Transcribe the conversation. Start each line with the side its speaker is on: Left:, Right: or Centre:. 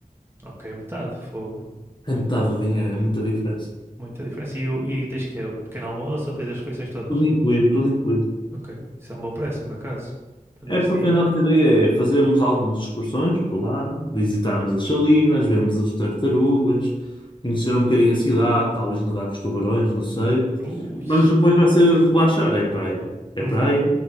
Right: Ok, metade, fogo.
Left: É metade do dinheiro, é muita diferença.
Right: Muita diferença. E, o- e tens que é o pequeno almoço ou tens as refeições todas?
Left: Tudo incluído, tudo incluído.
Right: Ok. Isso é um bom preço, por acaso. Para
Left: É
Right: dez
Left: porque
Right: dias.
Left: a nossa ideia é fazermos algumas excursões por lá, visitarmos as salinas, vermos as tartarugas, conhecer um bocadinho a cidade, talvez nadar com os tubarões, não sei.
Right: Ui.
Left: Mas depois vai ser relaxar, é praia. É
Right: Uhum.
Left: praia.